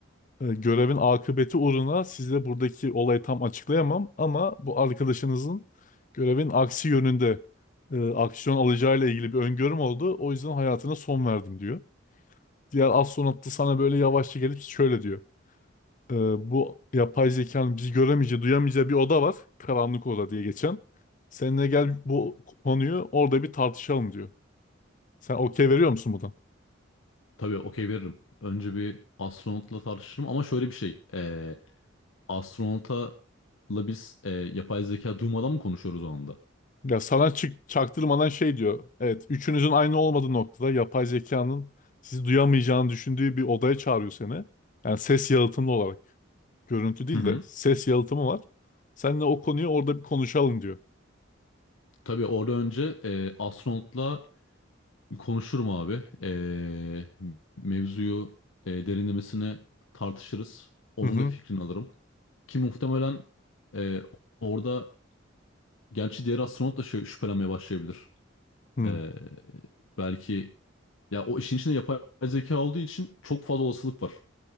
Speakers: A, on the left; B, on the left.
A: E, Görevin akıbeti uğruna size buradaki olayı tam açıklayamam ama bu arkadaşınızın görevin aksi yönünde e, aksiyon alacağıyla ilgili bir öngörüm oldu. O yüzden hayatına son verdim diyor. Diğer astronot da sana böyle yavaşça gelip şöyle diyor. E, bu yapay zekanın bizi göremeyeceği, duyamayacağı bir oda var. Karanlık oda diye geçen. Seninle gel bu konuyu orada bir tartışalım diyor. Sen okey veriyor musun buna?
B: tabii okey veririm. Önce bir astronotla tartışırım ama şöyle bir şey e, astronotla biz e, yapay zeka duymadan mı konuşuyoruz o anda?
A: Ya sana çık, çaktırmadan şey diyor. Evet, üçünüzün aynı olmadığı noktada yapay zekanın sizi duyamayacağını düşündüğü bir odaya çağırıyor seni. Yani ses yalıtımlı olarak. Görüntü değil
B: Hı hı.
A: de ses yalıtımı var. Seninle o konuyu orada bir konuşalım diyor.
B: Tabii orada önce e, astronotla Konuşurum abi. Ee, mevzuyu e, derinlemesine tartışırız. Onun
A: Hı hı.
B: da fikrini alırım. Ki muhtemelen e, orada gerçi diğer astronot da şey, şüphelenmeye başlayabilir.
A: Hı
B: Ee, belki ya o işin içinde yapay zeka olduğu için çok fazla olasılık var.